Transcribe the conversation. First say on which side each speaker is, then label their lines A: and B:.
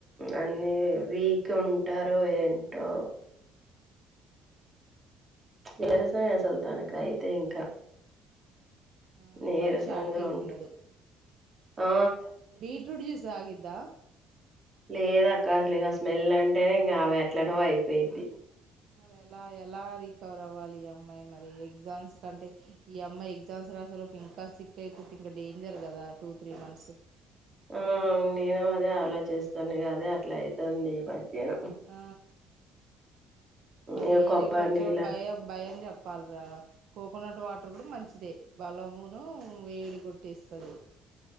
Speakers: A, on the right; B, on the right.
A: అన్ని వీక్ ఉంటారు ఏంటో ఈరసమ సుల్తానక అయితే ఇంకా
B: ఆ
A: నీరసంగా
B: మనుషి ఆటి
A: ఉం
B: కుండదు
A: ఆ
B: బీట్రూట్ జ్యూస్ ఆగద్దా
A: లేద అక్క అసలు ఇంకా స్మెల్ అంటేనే ఇంకా అవి ఎట్లడో అయిపోయిద్ది
B: మరి ఎలా ఎలా రికవర్ అవ్వాలి ఈ అమ్మాయి మరి ఎగ్జామ్స్ కంటే ఈ అమ్మాయి ఎగ్జామ్స్ రా అసలు ఇంకా సిక్ అయిపోతే ఇంకా డేంజర్ కదా టూ త్రీ మంత్స్
A: ఆ నేను అదే ఆలోచిస్తాను కదే అట్లా అయితుంది ఈ మధ్యన
B: ఆ మరి
A: ఇగ
B: మీరే
A: కొబ్బరి
B: కొంచెం
A: నీళ్ళ
B: భయం భయం చెప్పాలరా కోకోనట్ వాటర్ కూడా మంచిదే బలమును వేడి కొట్టేస్తుంది